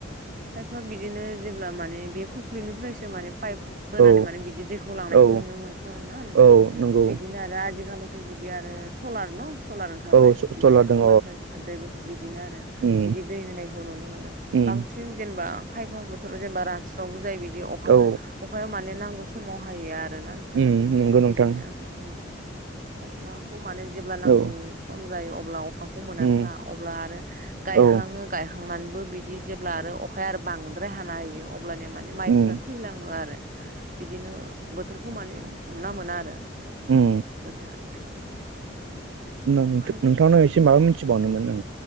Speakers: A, on the right; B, on the right.
A: पाइपआ बिदिनो जेब्ला माने बे फुख्रिनिफ्रायसो माने पाइप मोनानै
B: औ
A: माने बिदि दैखौ लांनायखौ
B: औ
A: नुनो मोनो ना नोंथां
B: औ नंगौ
A: बिदिनो आरो आजिखााल ओमफ्राय बिदि आरो सलार न' सलार ओंखारबाय
B: औ
A: बिदिनो
B: सलार दङ
A: सलारनिफ्राय दै बिदिनो आरो
B: उम
A: बिदि दै होनायखौ नुनो मोनो
B: उम
A: बांसिन आथिं जेनेबा खायफा बोथोराव जेनेबा रानस्रावबो जायो बिदि अखा
B: औ
A: अखाया माने नांगौ समाव हायो आरो ना नोंथां
B: उम नंगौ
A: बिदिनो
B: नोंथां
A: उम अखाखौ माने जेब्ला नांगौ
B: औ
A: सम जायो अब्ला अखाखौ खौ मोननानै
B: उम
A: हाया अब्ला आरो गायहाङो
B: औ
A: गायहांनानैबो बिदि जेब्ला आरो अखाया आरो बांद्राय हाना होयो अब्लानिया माने माइफोरा
B: उम
A: थैलाङो आरो बिदिनो बोथोरखौ माने हमना मोना आरो
B: उम
A: बोथोरा।
B: नोंथांनाव
A: खायफा
B: एसे माबा मिथिबावनोमोन आं